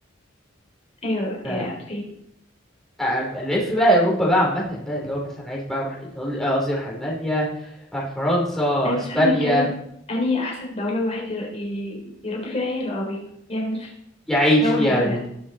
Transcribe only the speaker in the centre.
ف
آه، الف بقى اوروبا بقى عامة بقى اللي هو مثلا عايز بقى اروح ايطاليا آه، قصدي اروح المانيا اروح فرنسا
اسبانيا
يعيش
فيها